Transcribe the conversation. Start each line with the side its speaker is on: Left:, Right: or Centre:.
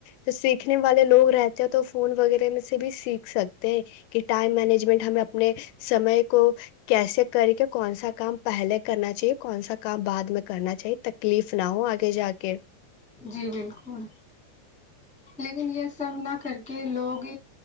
Left: تو سیکھنے والے لوگ رہتے ہیں تو فون وغیرہ میں سے بھی سیکھ سکتے ہیں کہ ٹائم مینجمنٹ ہمیں اپنے سمے کو کیسے کر کے کون سا کام پہلے کرنا چاہیے کون سا کام بعد میں کرنا چاہیے تکلیف نہ ہو آگے جا کے
Centre: جی بالکل لیکن یہ سب نہ کر کے لوگ